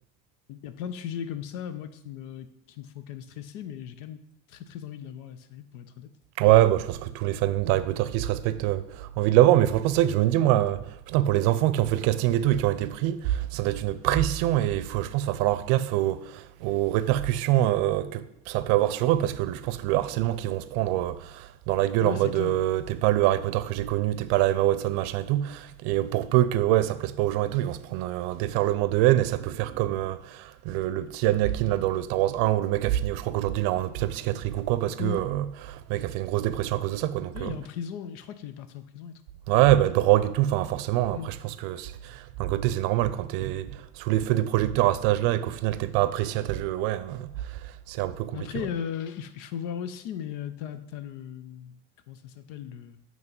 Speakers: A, on the left; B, on the right.
A: Il y a plein de sujets comme ça, moi, qui me, qui me font quand même stresser, mais j'ai quand même très, très envie de la voir, la série, pour être honnête.
B: Ouais, bah, je pense que tous les fans d'Harry Potter qui se respectent euh, ont envie de l'avoir, mais franchement, c'est vrai que je me dis, moi, euh, putain, pour les enfants qui ont fait le casting et tout et qui ont été pris, ça doit être une pression
A: Mm.
B: et faut, je pense qu'il va falloir gaffe aux, aux répercussions euh, que ça peut avoir sur eux parce que le- je pense que le harcèlement qu'ils vont se prendre euh, dans la gueule
A: Ah
B: en
A: ouais,
B: mode
A: c'est clair.
B: euh, t'es pas le Harry Potter que j'ai connu, t'es pas la Emma Watson, machin et tout, et pour peu que ouais, ça plaise pas aux gens et tout, ils vont se prendre euh, un déferlement de haine et ça peut faire comme. euh, Le, le petit Anakin là dans le Star Wars 1 où le mec a fini, je crois qu'aujourd'hui il est en hôpital psychiatrique ou quoi parce que
A: Mm.
B: euh, mec a fait une grosse dépression à cause de ça, quoi. Donc,
A: Ouais,
B: euh,
A: Il est en prison, et je crois qu'il est parti en prison et tout.
B: ouais, bah, drogue et tout, enfin, forcément.
A: Mm.
B: Après, je pense que c'est- d'un côté, c'est normal quand t'es sous les feux des projecteurs à cet âge-là et qu'au final, t'es pas apprécié à ta jeu. Ouais, euh, c'est un peu compliqué,
A: Après,
B: ouais.
A: euh, il faut, il faut voir aussi, mais euh, t'as as, le. Comment ça s'appelle le...